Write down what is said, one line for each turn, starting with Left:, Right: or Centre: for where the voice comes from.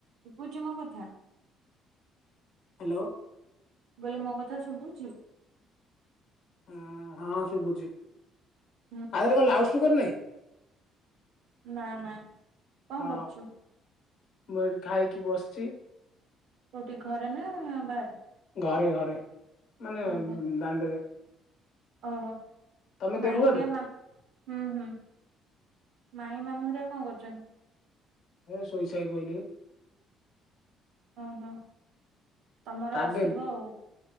Right: ଶୁଭୁଚି ମୋ କଥା?
Left: ହାଲୋ।
Right: ବୋଲି ମୋ କଥା ଶୁବୁଚି?
Left: ହୁଁ ହଁ ଶୁବୁଚି,
Right: ହୁଁ
Left: ଆଦିହରେ କଣ ଲାଉଡ ସ୍ପିକର ନାଇଁ?
Right: ନା ନା। କଣ
Left: ହଁ,
Right: କରୁଛୁ
Left: ମୁଁ ଏଠି ଖାଇକି ବସିଛି।
Right: କୋଉଠି ଘରେ ନା ବାହାରେ?
Left: ଘରେ ଘରେ ମାନେ
Right: ଓହୋ
Left: ଦାଣ୍ଡରେ।
Right: ଓହୋ,
Left: ତମେ
Right: ମାଇଁ
Left: ଦେବଗଡରେ
Right: ହେରିଆ ମା ହୁଁ ହୁଁ। ମାଇଁ ମାମୁଁ ହେରିଆ କଣ କରୁଛନ୍?
Left: ହେ ଶୋଇସାଇ ପଇଲେ।
Right: ଓ ହ। ତମର
Left: ଟ୍ରାଭେଲ
Right: ଆସିବ ଆଉ,